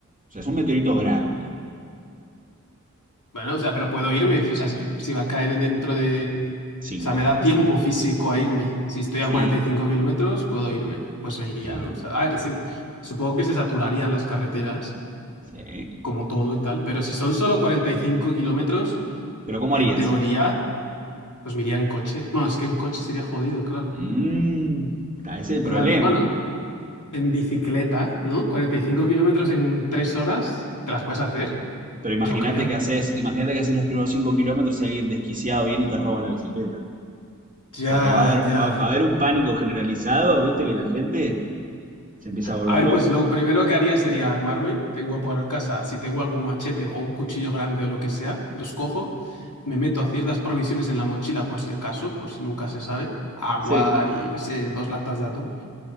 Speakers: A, on the right (about 25°); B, on the left (about 75°).
A: O sea, es un meteorito grande.
B: Bueno, o sea, pero puedo irme, o sea, si, si va a caer dentro de...
A: ¿Cinco
B: O sea, me
A: horas?
B: da tiempo físico a irme. Si estoy
A: Sí,
B: a cuarenta y cinco kilómetros, puedo irme. Pues me iría,
A: sí,
B: ¿no? O sea, a ver, sí, supongo que se saturarían las carreteras,
A: sí.
B: como todo y tal, pero si son solo 45 kilómetros,
A: Pero ¿cómo
B: en
A: harías?
B: teoría, pues me iría en coche. Bueno, es que en coche sería jodido, claro.
A: Mmm, está ese el
B: Claro,
A: problema.
B: bueno, en bicicleta, ¿no? 45 kilómetros en tres horas, te las puedes hacer,
A: Pero imagínate
B: yo creo.
A: que haces, imagínate que haces los primeros 5 kilómetros y alguien desquiciado viene y te roba la bicicleta.
B: Ya,
A: Porque va a haber,
B: ya.
A: va, va a haber un pánico generalizado, viste, que la gente se empieza a volver
B: A ver,
A: loca.
B: pues lo primero que haría sería armarme. Tengo por casa, si tengo algún machete o un cuchillo grande o lo que sea, los cojo, me meto a ciertas provisiones en la mochila por si acaso, por si nunca se sabe, agua
A: Sí,
B: y yo qué sé, dos latas de atún.